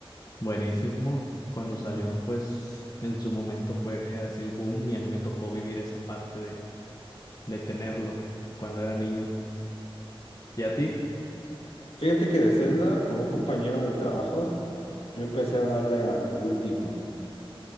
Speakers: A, on the left; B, on the left.
A: Buenísimo. Cuando salió, pues en su momento fue así el boom y a mí me tocó vivir esa parte de, de tenerlo cuando era niño. ¿Y a ti?
B: Fíjate que de Zelda, por un compañero de trabajo, yo empecé a darle al último.